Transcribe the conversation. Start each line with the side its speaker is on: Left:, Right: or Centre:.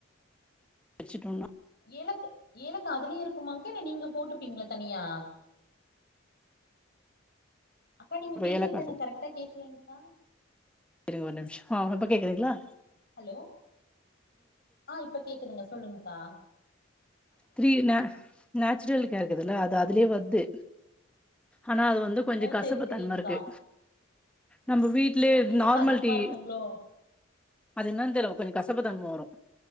Centre: வச்சுட்டோண்ணா
Left: ஏலக்கு ஏலக்கா அதுலயே இருக்குமாங்கா இல்ல நீங்க போட்டுப்பீங்களா தனியா அக்கா நீங்க பேசுறது
Centre: ஏலக்கா
Left: எனக்கு கரெட்டா கேக்கலைங்க்கா
Centre: இருங்க ஒரு நிம்ஷோ ஆ இப்ப கேக்குதுங்களா
Left: ஹலோ ஆ இப்ப கேக்குதுங்க சொல்லுங்கக்கா
Centre: த்ரீன்ன நேச்சுரலுக்கா இருக்குதுல்ல அது அதுலயே வர்து ஆனா அது வந்து கொஞ்சோ
Left: ஓ
Centre: கஷப்புத்தன்ம
Left: செரி செரிங்க்கா
Centre: இருக்கு நம்ம வீட்லயே
Left: ஓ ஏலக்கா
Centre: நார்மல்
Left: அதிகமா
Centre: டீ
Left: இருக்குங்களோ
Centre: அது என்னனு தெரியல கொஞ்சோ கசப்புத்தன்ம வரும்